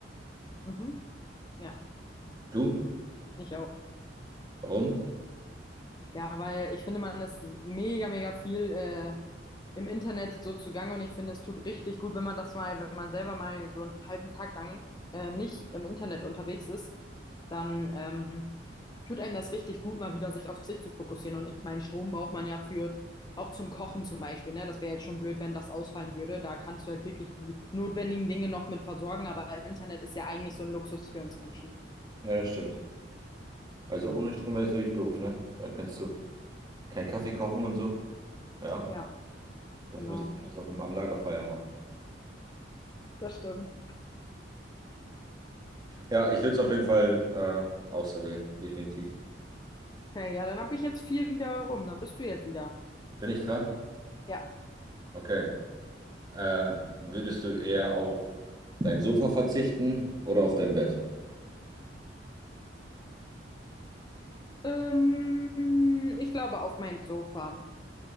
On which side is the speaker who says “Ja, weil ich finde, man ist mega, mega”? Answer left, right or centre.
Left